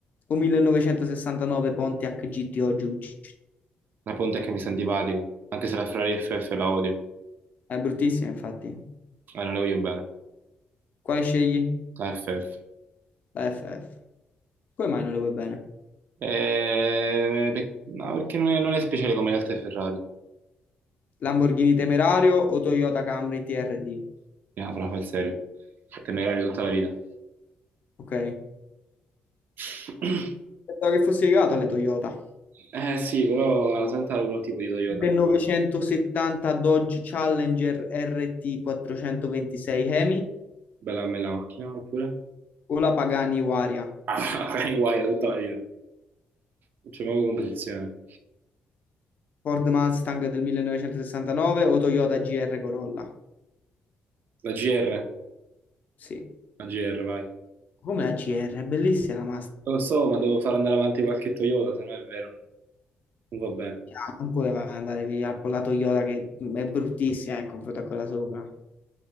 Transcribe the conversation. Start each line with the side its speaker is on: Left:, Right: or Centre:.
Left: o 1969 Pontiac GTO Giugi?
Right: La Pontiac mi sta antipatica, anche se la Ferrari FF la odio, eh,
Left: È bruttissima, infatti.
Right: non le voglio bene,
Left: Quale scegli?
Right: la FF.
Left: La FF. Come mai non le vuoi bene?
Right: Eh, pe- no, perché non è, non è speciale come le altre Ferrari,
Left: Lamborghini Temerario o Toyota Camry TRD?
Right: no, fra fa il serio, temerario tutta la vita.
Left: Ok.
Right: <clears throat>
Left: Pensavo che fossi legato alle Toyota.
Right: Eh sì, però la Santa ha un tipo di Toyota,
Left: 1970 Dodge Challenger RT 426 Hemi
Right: bella bella macchina, oppure?
Left: o la Pagani Huayra,
Right: <laughs> Ah, magari guai tutta la vita, non c'è mai competizione.
Left: Ford Mustang del 1969 o Toyota GR Corolla.
Right: La GR.
Left: Sì,
Right: A GR, vai.
Left: come la GR, è bellissima la Mustang.
Right: Lo so, ma devo far andare avanti qualche Toyota, se no è vero, non va bene.
Left: Ah, Non puoi andare via con la Toyota che è bruttissima eh, in confronto a quella sopra.